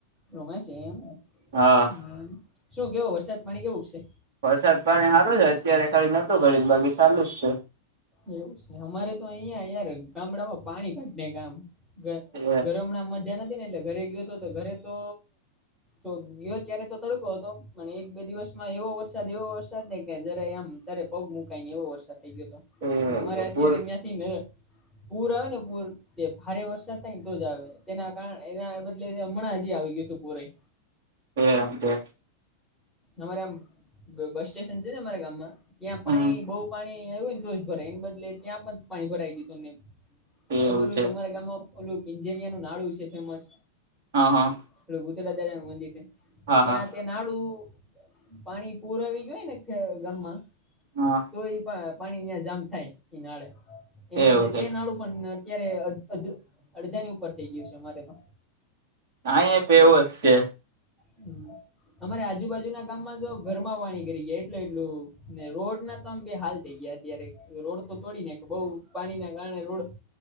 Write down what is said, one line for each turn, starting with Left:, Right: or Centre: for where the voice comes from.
Centre: રૂમે છે એમ
Right: હા
Centre: હ શું કેવો વરસાદ પાણી કેવુંક છે.
Right: વરસાદ પાણી હારો છે અત્યારે કઇ નતો ઘળીક બાકી સાલું જ છે.
Centre: એવું છે અમારે તો અહંયા યાર ગામડામાં પાણી કાઢ નાયખા આમ. ઘર
Right: છે
Centre: ઘરે હમણાં મજા નથી ને એટલે ઘરે ગયો હતો ઘરે તો તો ગયો ત્યારે તો તડકો હતો પણ એક બે દિવસમાં એવો વરસાદ એવો વરસાદ નને કે જ્યારે આમ ત્યારે પગ મુકાઈ ને એવો વરસાદ થઇ ગયો હતો
Right: એ
Centre: ને અમારે
Right: એ
Centre: અત્યારે
Right: પૂર
Centre: ન્યાંથી ન પૂર આવે ને પૂર તે ભારે વરસાદ થાય ને. તો જ આવે તેના કારણે એના બદલે હમણાં હજી આવી ગયું તું પૂરેય.
Right: એમ કે.
Centre: અમારે આમ બસ સ્ટેશન છે ને અરા ગામમાં ત્યાં પાણી
Right: હમ
Centre: બઉ પાણી આવ્યુંને તોજ ભરાય એને બદલે ત્યાં પણ પાણી ભરાઈ ગયું તુંને
Right: એવું
Centre: ખબર હોય
Right: છે
Centre: તો અમારા ગામમાં ઓલું પિંજેરિયા નું નાડું છે ફેમસ.
Right: હા-હા.
Centre: પેલું ભૂતરા દાદાનું મંદિર છે. ત્યાં
Right: હા
Centre: તે ત્યાં નાડું પાણી પૂર આવી ગયું ને ગામમાં.
Right: હા
Centre: તો એ પા પાણી ન્યા જામ થાય એ નાળે એને
Right: એવું
Centre: બદલે
Right: છે
Centre: તે નાળું પણ અત્યારે અધ અધ અડધા ની ઉપર થઈ ગયું છે અમારે તો.
Right: આયા પે એવોજ શે.
Centre: હમ્મ. અમારે આજુબાજુના ગામમાં તો ઘરમાં પાણી ગરી ગયા એટલે એટલું ને રોડ ના તો આમ બે હાલ થઈ ગયા. અત્યારે રોડ તો તોડી નાયખો બહું પાણી ના કારણે રોડ